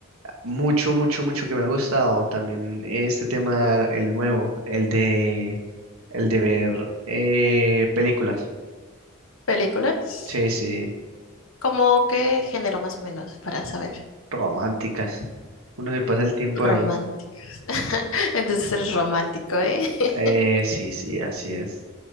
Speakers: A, on the right; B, on the left.
A: mucho, mucho, mucho que me ha gustado también este tema, el nuevo, el de, el de ver eh, películas.
B: ¿Películas?
A: Sí, sí, eh,
B: ¿Cómo qué género más o menos para saber?
A: románticas. Uno se pasa el tiempo
B: románticos
A: ahí.
B: <laughs> Entonces eres romántico, ¿eh? <laughs>
A: Eh, sí, sí, así es,